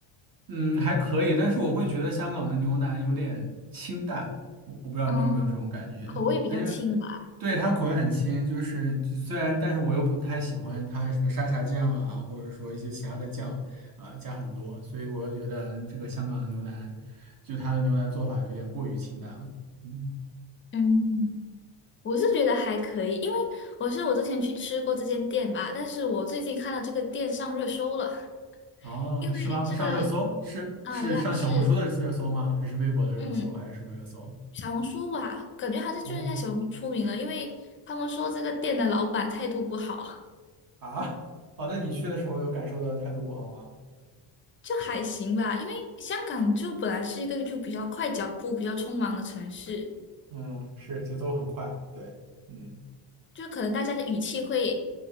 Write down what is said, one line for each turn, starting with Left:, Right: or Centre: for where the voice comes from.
Right: 嗯，还可以，但是我会觉得香港的牛腩有点清淡，我我不知道你有没有这种感觉，
Left: 嗯，口味比较轻吧。
Right: 因为对它口味很轻，就是就虽然，但是我又不太喜欢它什么沙茶酱啊，或者说一些其他的酱，呃，加很多，所以我又觉得这个香港的牛腩，就它的牛腩做法有点过于清淡了。嗯，
Left: 嗯，我是觉得还可以，因为我是我之前去吃过这间店吧，但是我最近看到这个店上热搜了。
Right: 哦，
Left: 因为这个
Right: 是吗？上热搜是是上小红书的热搜吗？
Left: 啊呀，是，
Right: 还是微博的热搜？
Left: 嗯，
Right: 还是什么热搜？
Left: 小红书吧，感觉还是就是在小红书出名了，
Right: 哦，
Left: 因为他们说这个店的老板态度不好，
Right: 啊，哦，那你去的时候有感受到态度不好吗？
Left: 就还行吧。因为香港就本来是一个就比较快脚步、比较匆忙的城市，
Right: 嗯，是节奏很快，对，嗯，
Left: 就可能大家的语气会